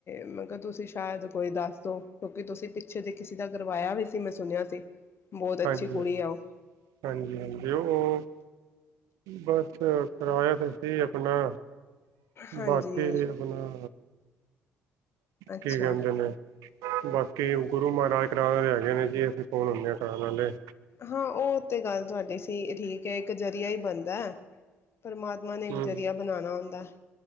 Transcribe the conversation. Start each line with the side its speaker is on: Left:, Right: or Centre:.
Left: ਮੈਂ ਕਿਹਾ ਤੁਸੀਂ ਸ਼ਾਇਦ ਕੋਈ ਦੱਸ ਦੋ ਕਿਉਂਕਿ ਤੁਸੀ ਪਿੱਛੇ ਦੀ ਕਿਸੀ ਦਾ ਕਰਵਾਇਆ ਵੀ ਸੀ ਮੈਂ ਸੁਨਿਆ ਸੀ। ਬਹੁਤ ਅੱਛੀ
Right: ਹਾਂਜੀ-ਹਾਂਜੀ-ਹਾਂਜੀ-ਹਾਂਜੀ
Left: ਕੁੜੀ ਆ ਉਹ
Right: ਉਹ ਬਸ ਅ ਕਰਾਇਇਆ ਤੇ ਸੀ ਆਪਨਾ।
Left: ਹਾਂਜੀ
Right: ਬਾਕੀ ਆਪਨਾ
Left: ਅੱਛਾ
Right: ਕੀ ਕਹਿੰਦੇ ਨੇ। ਬਾਕੀ ਗੁਰੂ ਮਹਾਰਾਜ ਕਰਾਉਨ ਵਾਲੇ ਹੈਗੇ ਨੇ ਜੀ ਅਸੀ ਕੌਨ ਹੁੰਨੇਂ ਹਾਂ ਕਰਾਨ ਆਲੇ।
Left: ਹਾਂ ਉਹ ਤੇ ਗੱਲ ਤੁਹਾਡੀ ਸਹੀ ਏ ਠੀਕ ਹੈ। ਕ ਜਰੀਆ ਹੀ ਬੰਦਾ ਹੈ। ਪਰਮਾਮਾ ਨੇ ਇੱਕ
Right: ਹੂੰ
Left: ਜਰੀਆ ਬਨਾਉਨਾ ਹੁੰਦਾ ਏ।